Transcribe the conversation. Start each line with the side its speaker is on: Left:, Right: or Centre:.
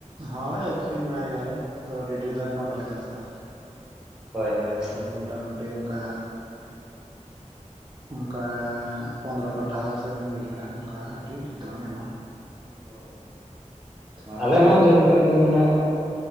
Right: ᱦᱳᱭ ᱟᱠᱷᱨᱤᱧ ᱵᱟᱲᱟᱭ ᱜᱮᱭᱟᱞᱮ᱾ ᱛᱚ ᱟᱹᱰᱤ ᱰᱷᱮᱨ ᱫᱚ ᱮᱱᱦᱚᱸ ᱵᱟᱞᱮ ᱪᱟᱥᱟ᱾
Centre: ᱦᱳᱭ ᱦᱳᱭ
Right: ᱛᱚ ᱢᱚᱴᱟᱢᱩᱴᱤ ᱚᱱᱠᱟ ᱚᱱᱠᱟ ᱯᱚᱸᱫᱽᱨᱚ ᱠᱟᱴᱷᱟ ᱥᱮ ᱢᱤᱫ ᱵᱤᱜᱷᱟ ᱚᱱᱠᱟ ᱟᱹᱰᱤ ᱴᱷᱤᱠ ᱫᱚ ᱵᱟᱝ ᱮᱱᱦᱚᱸ
Centre: ᱦᱳᱭ᱾
Right: ᱛᱷᱚᱲᱟ
Centre: ᱟᱞᱮ
Right: ᱜᱟᱱ
Centre: ᱦᱚᱸ ᱡᱮᱞᱮᱠᱟ ᱵᱮᱱ ᱢᱮᱱᱚᱜ